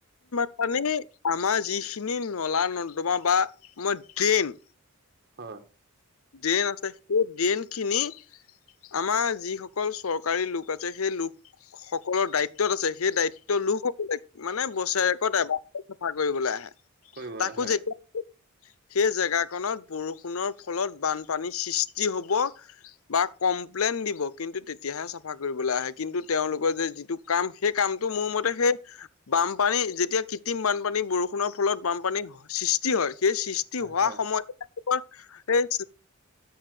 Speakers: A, on the left; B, on the right.
A: মানে আমাৰ যিখিনি নলা-নৰ্দমা বা <unintelligible> ড্ৰেইন
B: হয়।
A: ড্ৰেন আছে। সেই ড্ৰেনখিনি আমাৰ যিসকল চৰকাৰী লোক আছে, সেই লোকসকলৰ দায়ি ত্বত আছে। সেই দায়িত্ব লোকসকলে মানে বছেৰেকত এবাৰ চাফা কৰিবলৈ আহে।
B: কৰিবলে,
A: তাকো
B: হয়।
A: যেতিয়া সেই জেগাকণত বৰষুণৰ ফলত বানপানী সৃষ্টি হব বা কমপ্লেইন দিব, কিন্তু তেতিয়াহে চাফা কৰিবলৈ আহে। কিন্তু তেওঁলোকৰ যে যিটো কাম, সেই কাম কিন্তু মোৰ মতে সেই বানপানী যেতিয়া কৃত্ৰিম বানপানী বৰষুণৰ ফলত বানপানী সৃষ্টি হয় সেই সৃষ্টি হোৱা
B: হয়
A: সময়তে, তে <inaudible> ৰ <inaudible> হেৰি